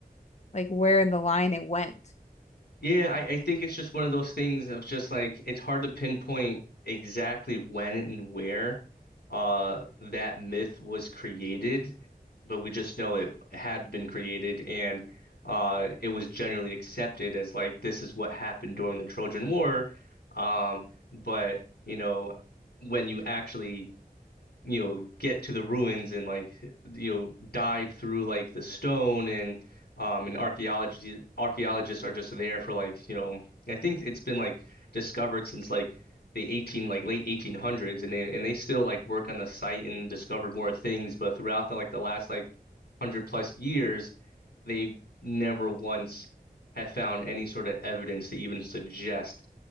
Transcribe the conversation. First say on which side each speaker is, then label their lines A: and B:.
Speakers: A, on the left (about 45°); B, on the left (about 85°).
A: like where in the line it went.
B: Yeah, I, I think it's just one of those things of just like it's hard to pinpoint exactly when and where uh that myth was created, but we just know it had been created and uh it was generally accepted as like this is what happened during the Trojan War. Um, but you know, when you actually you know get to the ruins and like you know dive through like the stone and um and archaeology archaeologists are just there for like you know I think it's been like discovered since like the 18 like late 1800s and they and they still like work on the site and discover more things but throughout the like the last like 100 plus years they've never once have found any sort of evidence to even suggest